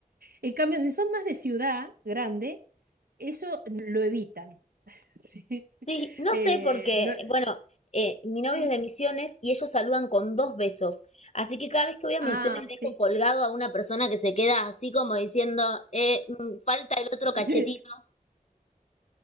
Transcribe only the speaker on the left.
Sí, no
sé porque,
bueno, eh, mi novio
es de Misiones y ellos saludan con dos besos. Así que cada vez que voy a
Misiones dejo
colgado a una persona que se queda así como diciendo, eh, mm, falta el otro cachetito.